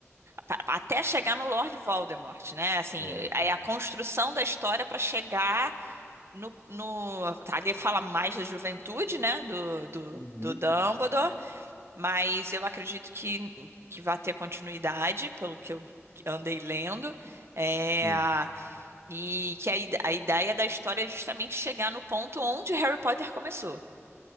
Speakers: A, on the right; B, on the left.
A: pa- até chegar no Lord Voldemort, né? Assim,
B: É.
A: é a construção da história para chegar no, no ali fala mais da juventude, né? Do, do,
B: Uhum.
A: do Dumbledore. Mas eu acredito que, que vai ter continuidade, pelo que eu andei lendo. É,
B: Sim,
A: e que a, ide- a ideia da história é justamente chegar no ponto onde Harry Potter começou.